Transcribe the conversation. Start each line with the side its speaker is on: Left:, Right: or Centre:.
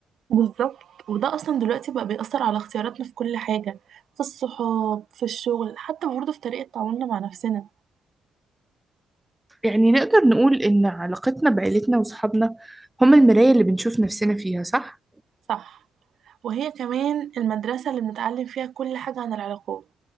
Right: بالظبط وده اصلا دلوقتي بقى بيأثر على اختياراتنا في كل حاجه في الصحاب في الشغل حتى برضه في طريقه تعاملنا مع نفسنا
Centre: يعني نقدر نقول إن علاقتنا بعيلتنا وصحابنا هم المراية اللي بنشوف نفسنا فيها صح؟
Right: صح وهي كمان المدرسه اللي بنتعلم فيها كل حاجه عن العلاقات